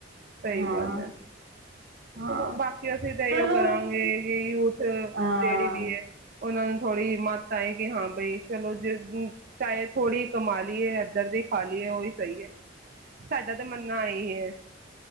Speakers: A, on the right; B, on the right.
A: ਸਹੀ
B: ਹਾਂ।
A: ਗੱਲ ਹੈ
B: ਹਾਂ
A: ਚਲੋ ਬਾਕੀ ਅਸੀਂ ਤਾਂ
B: ਚਲੋ
A: ਇਉਔ ਕਰਾਂਗੇ ਕਿ ਯੂਥ ਜਿਹੜੀ
B: ਹਾਂ
A: ਵੀ ਹੈ। ਉਹਨਾਂ ਨੂੰ ਥੋੜ੍ਹੀ ਮੱਤ ਆਏ, ਕਿ ਹਾਂ ਬਈ ਚਲੋ ਜ ਚਾਹੇ ਥੋੜ੍ਹੀ ਕਮਾ ਲਈਏ ਇੱਧਰ ਦੀ ਖਾ ਲਈਏ ਉਹੀ ਸਹੀ ਹੈ ਸਾਡਾ ਤਾਂ ਮਨ ਨਹੀਂ ਹੈ।